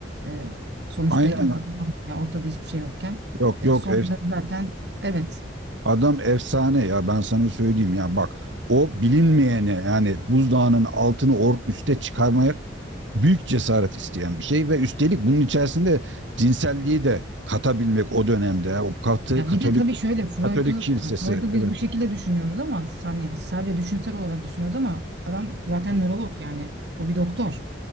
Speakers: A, on the right (about 60°); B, on the right (about 80°).
A: E, sonuçta
B: Aynen.
A: ilk adam yani ortada hiçbir şey yokken
B: Yok
A: e,
B: yok
A: sonunda zaten evet
B: Adam efsane ya ben sana söyleyeyim ya bak o bilinmeyene yani buzdağının altını or üste çıkarmaya büyük cesaret isteyen bir şey ve üstelik bunun içerisinde cinselliği de katabilmek o dönemde ya. o katı
A: Ya
B: Katolik
A: bir de tabii şöyle Freud'u
B: Katolik kilisesi
A: hani Freud'u
B: evet.
A: biz bu şekilde düşünüyoruz ama hani sadece düşünsel olarak düşünüyoruz ama adam zaten nörolog yani o bir doktor.